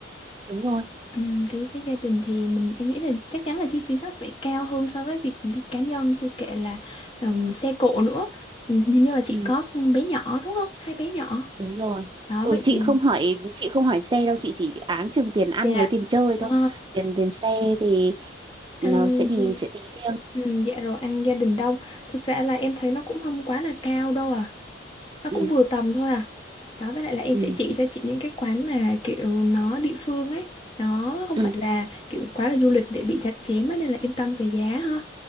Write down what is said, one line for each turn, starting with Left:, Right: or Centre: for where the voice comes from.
Right: Đúng rồi.
Left: Ừm, đi với gia đình thì mình em nghĩ là chắc chắn là chi phí nó sẽ phải cao hơn so với việc đi cá nhân chưa kể là ừm, xe cộ nữa Ừm, hình như là chị
Right: Ừ.
Left: có con bé nhỏ đúng không hai bé nhỏ
Right: Đúng rồi.
Left: đó
Right: Ừ,
Left: vậy
Right: chị
Left: thì
Right: không hỏi chị không hỏi xe đâu chị chỉ áng chừng tiền ăn
Left: dạ
Right: với tiền chơi thôi
Left: Ờ,
Right: tiền tiền xe thì
Left: ăn
Right: nó sẽ mình sẽ tính riêng
Left: ừm, dạ rồi ăn gia đình đông thực ra là em thấy nó cũng không quá là cao đâu à nó cũng
Right: ừ
Left: vừa tầm thôi à đó với lại là em
Right: ừ
Left: sẽ chỉ cho chị những cái quán mà kiểu nó địa phương ấy nó không
Right: ừ
Left: phải là kiểu quá là du lịch để bị chặt chém á, nên là yên tâm về giá ha